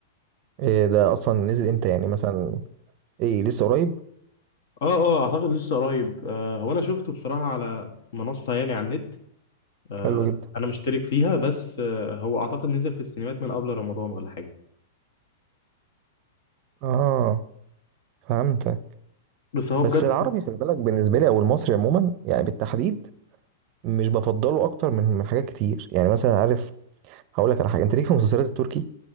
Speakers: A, on the right; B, on the left.
A: إيه ده اصلا نزل امتى يعني مثلا ايه لسه قريب
B: اه اه اعتقد لسه قريب آه هو انا شفته بصراحه على منصه يعني على النت آه
A: حلو جدا
B: انا مشترك فيها بس آه هو اعتقد نزل في السينمات من قبل رمضان ولا حاجه
A: اه فهمتك
B: بس هو
A: بس
B: بجد
A: العربي خلي بالك بالنسبة لي او المصري عموما يعني بالتحديد مش بفضله اكتر من من حاجات كتير يعني مثلا عارف هقول لك على حاجة انت ليك في المسلسلات التركي